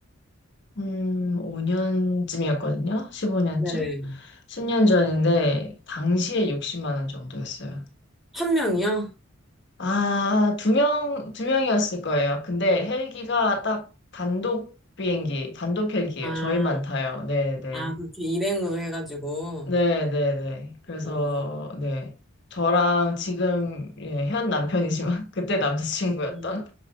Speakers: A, on the left; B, in the centre.
A: 2015년쯤이었거든요. 15년쯤?
B: 네.
A: 10년 전인데, 당시에 60만 원 정도였어요.
B: 한 명이요?
A: 아, 두 명, 두 명이었을 거예요. 근데 헬기가 딱 단독 비행기, 단독 헬기예요.
B: 아,
A: 저희만 타요. 네네.
B: 아, 그렇게 일행으로 해가지고.
A: 네, 네, 네. 그래서,
B: 어,
A: 네. 저랑 지금, 예, 현 남편이지만, <laughs> 그때 남자친구였던,
B: 음,